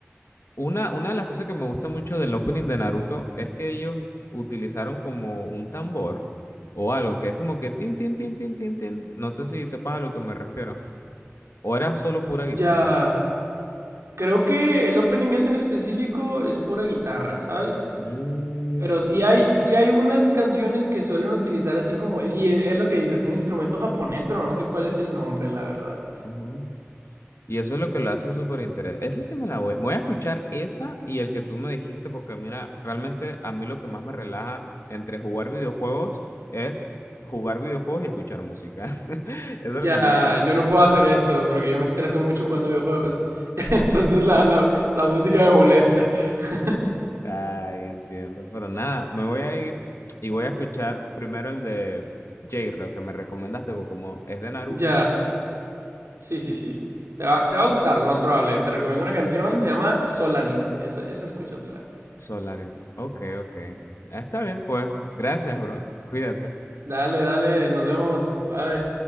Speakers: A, on the left; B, on the right.
A: una, una de las cosas que me gusta mucho del opening de Naruto es que ellos utilizaron como un tambor o algo que es como que tin, tin, tin, tin, tin, tin. No sé si sepas a lo que me refiero. O era solo pura
B: Ya.
A: guitarra.
B: Creo que el opening es en específico es pura guitarra, ¿sabes?
A: Mm,
B: Pero sí hay, sí hay unas canciones que suelen utilizar así como, sí, es lo que dices, un instrumento japonés, pero no sé cuál es el nombre, la verdad.
A: ujú. Y eso es lo que lo hace súper interesante. Ese sí me la voy. Me voy a escuchar esa y el que tú me dijiste, porque mira, realmente a mí lo que más me relaja entre jugar videojuegos es jugar videojuegos y escuchar música. <laughs> Eso
B: Ya,
A: es lo que me gusta.
B: yo no puedo hacer eso porque yo me estreso mucho jugando videojuegos. <laughs> Entonces la, la, la música me molesta. <laughs>
A: Ay, entiendo. Pero nada, me voy a ir y voy a escuchar primero el de J, lo que me recomendaste, porque como es de Naruto,
B: Ya, sí, sí, sí. Te va, te va a gustar, lo más probable. Te recomiendo una canción, se llama Solanin. Esa, esa escúchatela.
A: Solarin. Ok, ok. Ah, Está bien, pues. Gracias, bro. Cuídate.
B: Dale, dale, nos vemos. Bye.